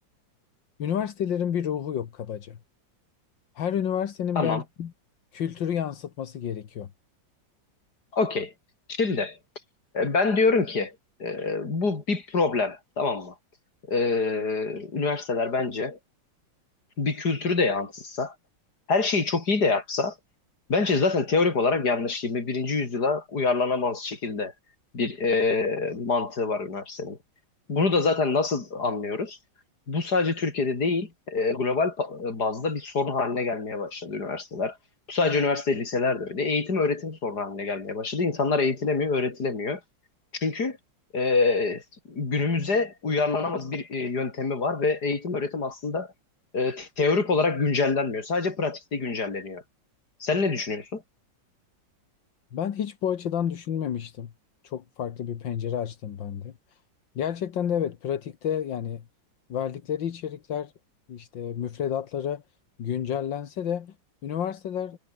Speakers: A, on the left; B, on the left.
A: üniversitelerin bir ruhu yok kabaca. Her üniversitenin
B: Tamam,
A: bence kültürü yansıtması gerekiyor.
B: okey. Şimdi... E, Ben diyorum ki e, bu bir problem tamam mı? E, üniversiteler bence bir kültürü de yansıtsa her şeyi çok iyi de yapsa bence zaten teorik olarak yanlış yirmi birinci yüzyıla uyarlanamaz şekilde bir e, mantığı var üniversitenin. Bunu da zaten nasıl anlıyoruz? Bu sadece Türkiye'de değil, e, global pa- e, bazda bir sorun haline gelmeye başladı üniversiteler. Bu sadece üniversite, liseler de öyle. Eğitim, öğretim sorunu haline gelmeye başladı. İnsanlar eğitilemiyor, öğretilemiyor. Çünkü e, günümüze uyarlanamaz bir e, yöntemi var ve eğitim, öğretim aslında e, teorik olarak güncellenmiyor. Sadece pratikte güncelleniyor. Sen ne düşünüyorsun?
A: Ben hiç bu açıdan düşünmemiştim. Çok farklı bir pencere açtım ben de. Gerçekten de evet pratikte yani verdikleri içerikler işte müfredatları güncellense de üniversiteler